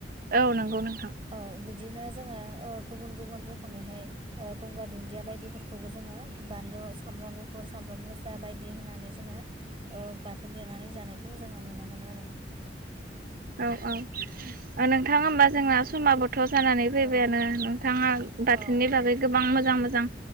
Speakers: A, on the right; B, on the right.
A: औ नंगौ नोंथां
B: औ। बिदिनो जोंङो ओ गुबुन गुबुन रोखोमैहाय ओ गंगार दुुनन्दिया बायदिफोरखौबो जोंङो। बानलु सामब्राम गुफुर सामब्राम गोजा बायदि। बिदि होनानै जोंङो ओ बाथोन देनानै जानायखौ जोंङो नुनो मोनो आरो।
A: औ औ ओ नोंथां ओमबा जोंना समा बो। बोथ जानानै
B: औ
A: फैबाय आरो ना नोंथांङा बाथोननि
B: औ नंगौ
A: बागै गोबां मोजां मोजां।